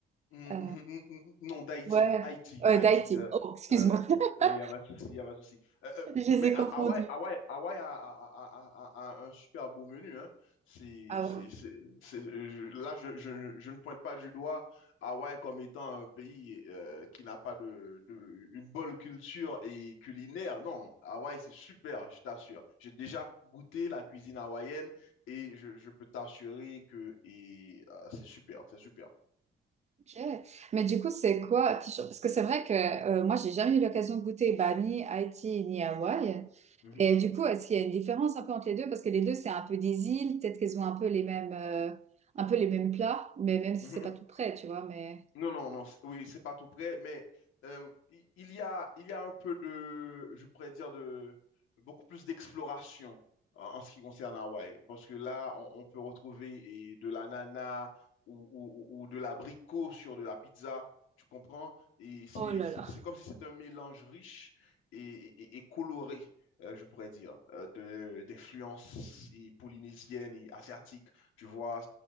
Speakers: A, on the left; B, on the right.
A: Mm,
B: Euh,
A: mm, mm, mm, mm, mm. Non, d'Haïti,
B: Ouais,
A: Haïti,
B: ouais,
A: Haïti.
B: d'Haïti.
A: Il euh,
B: Oh, excuse-moi.
A: euh,
B: <laughs>
A: euh, y a pas de souci, y a pas de souci. Euh, euh,
B: Je les
A: mais
B: ai
A: Ha-
B: confondus.
A: Hawaï, Hawaï, Hawaï a, a- a- a- a un super beau menu. Hein. C'est,
B: Ah
A: c'est,
B: ouais.
A: c'est, c'est- je- là, je, je, je ne pointe pas du doigt Hawaï comme étant un pays euh, qui n'a pas de, de, une bonne culture et culinaire. Non, non. Hawaï, c'est super, je t'assure. J'ai déjà goûté la cuisine hawaïenne et je, je peux t'assurer que et, euh, c'est super, c'est super.
B: Ok. Mais du coup, c'est quoi? Parce que c'est vrai que euh, moi, j'ai jamais eu l'occasion de goûter bah, ni Haïti ni Hawaï.
A: Mm-hmm.
B: Et du coup, est-ce qu'il y a une différence un peu entre les deux? Parce que les deux, c'est un peu des îles, peut-être qu'elles ont un peu les mêmes, euh, un peu les mêmes plats, mais même si
A: Mhm.
B: c'est pas tout près, tu vois, mais...
A: Non, non, non, c- oui, c'est pas tout près, mais euh, i- il y a, il y a un peu de, je pourrais dire, de beaucoup plus d'exploration en, en ce qui concerne Hawaï. Parce que là, on, on peut retrouver et de l'ananas ou, ou, ou- ou de l'abricot sur de la pizza, tu comprends? Et c'est
B: Oh là
A: c'est-
B: là.
A: c'est comme si c'était un mélange riche et, et- et coloré, euh, je pourrais dire, euh, de, d'influences et polynésiennes et asiatiques. Tu vois,